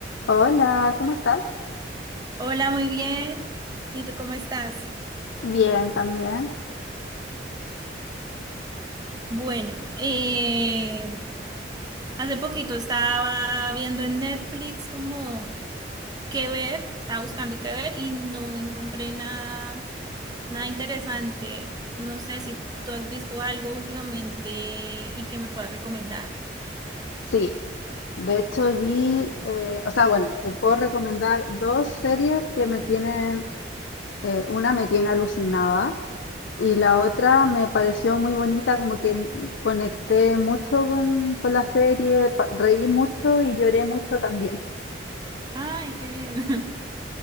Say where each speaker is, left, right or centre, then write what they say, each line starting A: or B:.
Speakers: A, on the left; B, on the right.
A: Hola, ¿cómo estás?
B: Hola, muy bien. ¿Y tú cómo estás?
A: Bien, también.
B: Bueno, eh, hace poquito estaba viendo en Netflix como qué ver, estaba buscando qué ver y no encontré nada, nada interesante. No sé si tú has visto algo últimamente y que me puedas recomendar.
A: Sí, de hecho vi, eh, o sea, bueno, te puedo recomendar dos series que me tienen, eh, una me tiene alucinada y la otra me pareció muy bonita, como que m- conecté mucho con, con la serie, pa- reí mucho y lloré mucho también.
B: Ay, qué bien. <laughs>